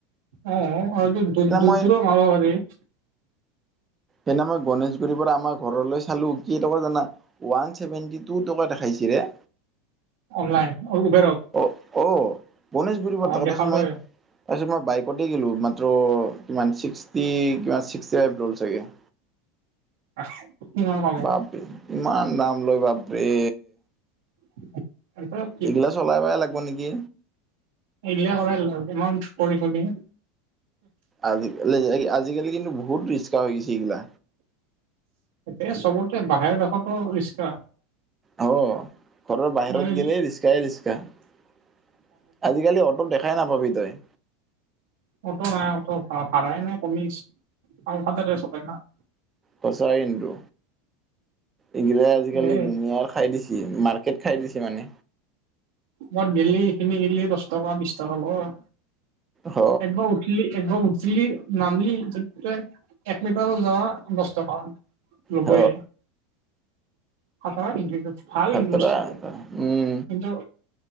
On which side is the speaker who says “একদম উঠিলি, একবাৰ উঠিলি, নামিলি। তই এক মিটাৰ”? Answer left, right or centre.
Right